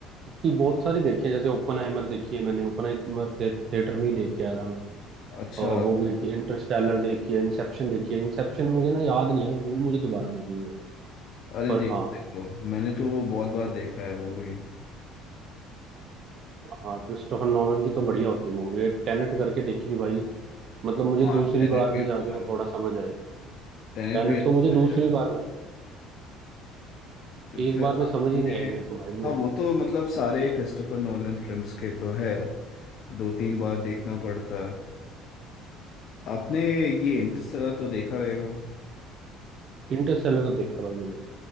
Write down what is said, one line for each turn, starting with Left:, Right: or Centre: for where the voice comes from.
Right: उसकी बहुत सारी देखी है जैसे ओपनहाइमर देखी है मैंने ओपनहाइमर थे, थिएटर में ही देख के आया था मैं
Left: अच्छा
Right: और वो भी इंटरस्टेलर देखी है इंसेप्शन देखी है इंसेप्शन मुझे ना याद नहीं है वो मुझे दोबारा देखनी है
Left: अरे
Right: पर
Left: देखो
Right: हाँ
Left: देखो मैंने तो वो बहुत बार देखा है मूवी
Right: हाँ क्रिस्टोफर नोलन की तो बढ़िया होती है मूवी एक टेनेट करके देखी थी भाई मतलब मुझे
Left: हाँ
Right: दूसरी
Left: टेनेट
Right: बार में
Left: भी अच्छा
Right: जाके वो
Left: है
Right: थोड़ा समझ आएगा
Left: टेनेट
Right: टेनेट
Left: भी अच्छा
Right: तो मुझे दूसरी
Left: है
Right: बार में एक
Left: फिर
Right: बार में
Left: आपने
Right: समझ ही नहीं आई मेरे को भाई वो
Left: हाँ वो तो मतलब सारे क्रिस्टोफर नोलन फिल्म्स के तो है दो तीन बार देखना पड़ता है आपने ये इंटरस्टेलर तो देखा रहेगा
Right: इंटरस्टेलर तो देखा भाई मैंने